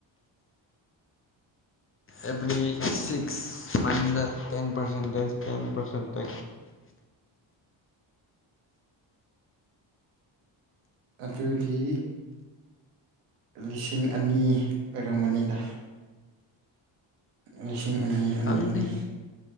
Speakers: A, on the left; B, on the right.
A: Every six ꯃꯟꯗ ten percentage ten percentage
B: ꯑꯗꯨꯗꯤ ꯂꯤꯁꯤꯡ ꯑꯅꯤ ꯑꯣꯏꯔꯝꯒꯅꯤꯗ꯫ ꯂꯤꯁꯤꯡ ꯑꯅꯤ ꯑꯅꯤ
A: ꯈꯪꯗꯦ
B: ꯑꯅꯤ꯫